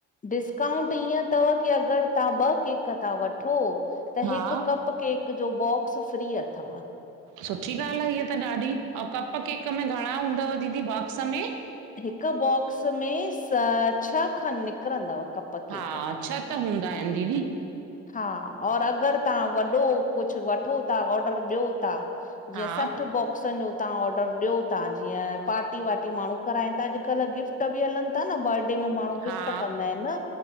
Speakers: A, on the left; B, on the right.
A: डिस्काउंट इअं अथव की अगरि तव्हां ॿ केक था वठो त
B: हा
A: हिकु कप केक जो बॉक्स फ्री अथव
B: सुठी ॻाल्हि आहे इह त ॾाढी अंऊँ कप केक में घणा हूंदव दीदी बॉक्स में?
A: हिक बॉक्स में स छह खनि निकिरंदव कप केक।
B: हा छह त हूंदा आहिन दीदी
A: हा और अगरि तव्हां वॾो कुझु वठो था ऑडर ॾियो था जीअं
B: हा
A: सठ बो बोक्सनि जो तव्हा ऑडर ॾियो था जीअं पार्टी-वार्टी माण्हू कराइनि था अॼुकल्ह गिफ़्ट बि हलनि ता न बर्डे में माण्हू
B: हा
A: गिफ्ट कंदा आहिनि न